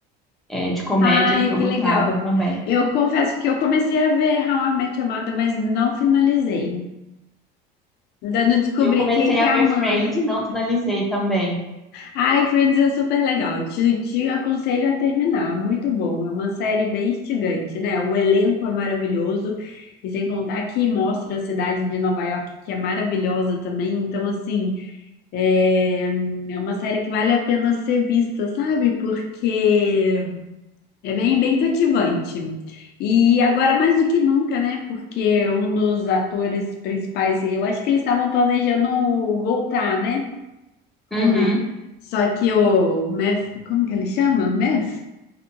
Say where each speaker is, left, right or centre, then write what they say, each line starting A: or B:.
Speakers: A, in the centre; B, on the left.
A: é, de comédia
B: Ai,
A: que eu
B: que
A: gostava
B: legal.
A: também.
B: Eu confesso que eu comecei a ver How I Met Your Mother, mas não finalizei. Ainda não descobri
A: Eu comecei
B: quem que
A: a
B: é
A: ver
B: a mãe.
A: Friends e não finalizei também.
B: Ai, Friends é super legal. Te, te aconselho a terminar. Muito bom. É uma série bem instigante, né? O elenco é maravilhoso. E sem contar que mostra a cidade de Nova York, que é maravilhosa também. Então, assim, é, é uma série que vale a pena ser vista, sabe? Porque É bem, bem cativante. E agora mais do que nunca, né? Porque um dos atores principais, eu acho que eles estavam planejando voltar, né? Com...
A: Uhum,
B: Só que o Meth, como que ele chama? Meth?